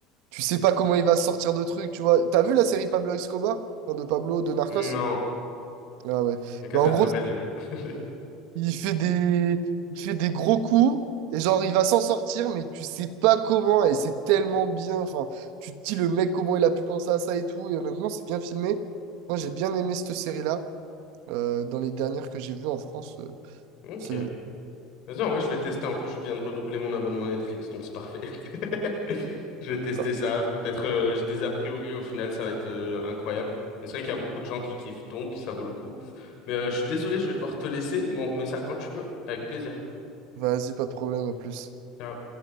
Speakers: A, on the right; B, on the left.
A: tu sais pas comment il va sortir de trucs, tu vois. T'as vu la série Pablo Escobar? Enfin, de Pablo, de Narcos?
B: Non.
A: Ah ouais.
B: La Casa
A: Bah, en
B: de
A: gros,
B: Papel, j'ai vu. <laughs>
A: il fait des, il fait des gros coups et genre il va s'en sortir, mais tu sais pas comment et c'est tellement bien. Enfin, tu te dis le mec comment il a pu penser à ça et tout. Et honnêtement, c'est bien filmé. Moi, j'ai bien aimé cette série-là. Euh, dans les dernières que j'ai vues en France, euh,
B: Ok.
A: Céline.
B: Vas-y, en vrai, je vais tester. En plus, je viens de renouveler mon abonnement Netflix, donc c'est parfait. <laughs> Je vais tester
A: Enfin,
B: ça. Peut-être euh, j'ai des a priori, au final, ça va être euh, incroyable. Mais c'est vrai qu'il y a beaucoup de gens qui kiffent, donc ça vaut le coup. Mais euh, je suis désolé, je vais devoir te laisser, mais on remet ça quand tu veux, avec plaisir.
A: Vas-y, pas de problème, à plus.
B: Ciao.